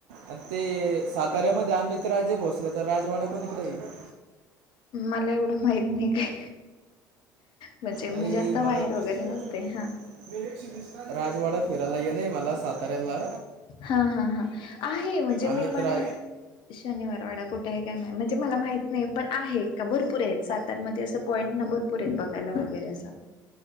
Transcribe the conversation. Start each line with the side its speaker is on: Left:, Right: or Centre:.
Right: आणि ते साताऱ्यामध्ये अमित राजे भोसले चा राजवाडा कोणीकडे ये?
Left: मला एवढं माहत नाही काय म्हणजे मी
Right: नाही
Left: जास्त
Right: मला
Left: बाहेर
Right: वीस
Left: वगैरे
Right: ची
Left: नसते
Right: नोट होती
Left: हा
Right: एकशे वीस राजवाडा फिरायला यनं हाय मला साताऱ्याला
Left: हा हा हा आहे म्हणजे
Right: अमित
Left: मी पण
Right: रा
Left: शनिवार वाडा कुठ आहे काय मा म्हणजे मला माहीत नाही पण आहे. का भरपूर येत सातारमध्ये असं पॉईंट ना भरपूर आहेत बघायला वगैरे असं